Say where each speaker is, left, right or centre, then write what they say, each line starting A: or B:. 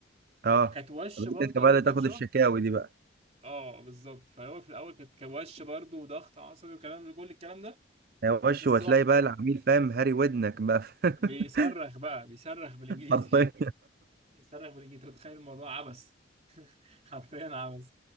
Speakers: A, on the right; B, on the right.
A: اه
B: كانت وش
A: طب انت
B: برضو
A: أنت بقى
B: اول
A: اللي
B: كام
A: تاخد
B: شهر
A: الشكاوي دي بقى
B: اه بالظبط فهو في الاول كانت كان وش برضه وضغط عصبي وكلام كل الكلام ده
A: يا وش
B: بس
A: وتلاقي
B: واحد
A: بقى العميل فاهم هاري ودنك بقى <laughs>
B: بيصرخ بقى بيصرخ بالانجليزي
A: حرفيا
B: <laughs> بيصرخ بالانجليزي أنت متخيل الموضوع عبث <laughs> حرفيا عبث